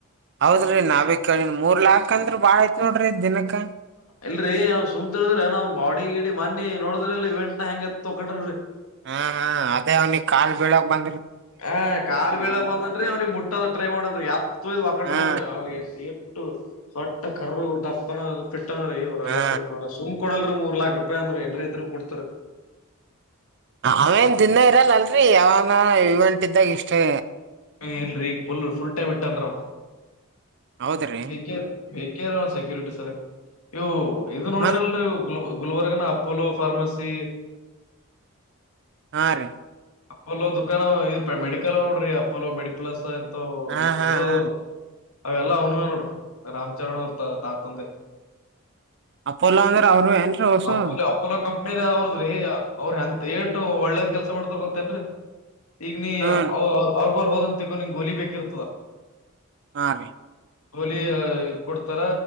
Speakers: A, on the right; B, on the left.
A: ಹೌದ್ರಿ ನಾವಿ ಕಿ ಮೂರ್ ಲಾಕ್ ಅಂದ್ರ ಬಾಳ ಆಯತ್ ನೋಡ್ರಿ ದಿನಕ್ <inaudible>
B: ಇಲ್ರರಿ ಅವ್ ಸುಮ್ನ ತಿಳಿದಿರಿ ಏನ್ ಬಾಡಿ ಗಿಡಿ ಮಿ ನೋಡ್ರಿ ಇಲ್ಲ ಇವೆಂಟ್ ನ ಹೆಂಗ್ತ್ ತಕಟ್ರರಿ
A: ಹಾ ಹಾ ಅದೇ ಅವನಿ ಕಾಲ್ ಬೀಳಕ್ ಬಂದ
B: ಹ ಕಾಲ್ ಬೀಳಾ ಬಂದನರಿ ಅವ್ನಿಗ್ ಮುಟ್ಟದ ಟ್ರೈ ಮಾಡನರಿ ಎತ್ಯ್ ಒಕಾಟ
A: ಹಾ
B: ನೋಡ್ರಿ ಅವ ಸ್ಟ್ಟ ಕರ್ರ ದಪ್ಪನ ಪಿಟ್ಟ ಇವ್ರ್ ಎಲ್ಲರ್
A: ಹಾ
B: ಕಡೆ ಇಂದ ವರ ಸುಮ್ನ್ ಕೊಡಲ್ರಿ ಮೂರ್ ಲಾಖ ರೂಪಾಯಿ ಅಂದ್ರು ಎಂಡ್ರು ಇದರು ಕೊಡ್ತರಿ.
A: ಅವೇನ್ ತಿನ್ನ ಇರಲ್ಲ ಅಲ್ರರಿ ಯಾವನ ಇವೆಂಟ್ ಇದ್ದಾಗ ಇಷ್ಟೇ.
B: ಹುನ್ರಿ ಈಗ್ ಫುಲ್ ಟೈಮ್ ಇಟನರಿ ಆವಾ.
A: ಹೌದ್ರಿ
B: <unintelligible> ಬೇಕೇನ ಸೆಕ್ಯೂರಿಟಿ ಸರಿ ಇವು. ಇದು ನೋಡ್ರಿ
A: ಮತ್
B: ಒಂದ್ ಗುಲ್ ಗುಲ್ಬರ್ಗನ ಅಪೋಲೋ ಫಾರ್ಮಸಿ.
A: ಹಾ ರೀ
B: ಅಪೋಲೋ ದುಕಾನ ಇ ಮೆಡಿಕಲ್ ನೋಡ್ರಿ ಅಪೋಲೋ ಮೆಡಿ ಪಲಸ್. ಅದುೌದು
A: ಹಾ ಹಾ
B: ಇದು.
A: ಹಾ
B: ಅವೆಲ್ಲ ಅವ್ನ್ವೇ ನೋಡ ರಾಮ್ಚರಣ್ ಅವ್ರ ತಾತಂದೆ.
A: ಅಪೋಲೋ ಅಂದ್ರ ಅವರು ಏನ್ರೀ ಹೊಸು
B: ಅಪೋಲೋ ಅಪೋಲೋ ಕಂಪ್ನಿ ಅವ್ರದ್ರೀ. ಅವ್ರ ಅಂತ್ ದೇಟು ಒಳ್ಳೇದ ಕೆಲಸ ಮಾಡ್ ಹೋಬಕ್ ತ್ರೆನ್ರಿ ಈಗ್ ನೀ
A: ಹ್ಮ್
B: ಅವ್ ಅವ್ ರ್ ಹೋದಂತಗೋ ನಿಂಗ ಗೋಲಿ ಬೇಕಿರ್ತದ.
A: ಹಾ ರೀ
B: ಹೋಲಿ ಕೊಡ್ತಾರ